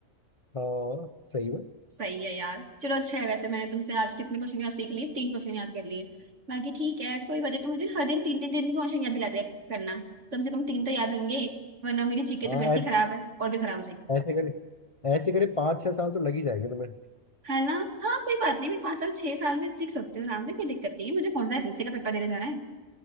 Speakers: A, on the left; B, on the right.
A: हाँ सही में
B: सही है यार चलो अच्छा है वैसे मैंने तुमसे आज कितने क्वेश्चन याद सीख लिए तीन क्वेश्चन याद कर लिए बाकी ठीक है कोई बात नहीं तो मुझे हर दिन तीन तीन तीन क्वेश्चन याद दिला दिया करना कम से कम तीन तो याद होंगे वरना मेरी जीके
A: हाँ
B: तो वैसे
A: ऐ-
B: ही खराब है और भी खराब हो जाएगी
A: ऐसे करे ऐसे करे पाँच छह साल तो लग ही जाएंगे तुम्हें
B: है ना हाँ कोई बात नहीं मैं पाँच साल छह साल में सीख सकती हूँ आराम से कोई दिक्कत नहीं है मुझे कौन सा एसएससी का पेपर देने जाना है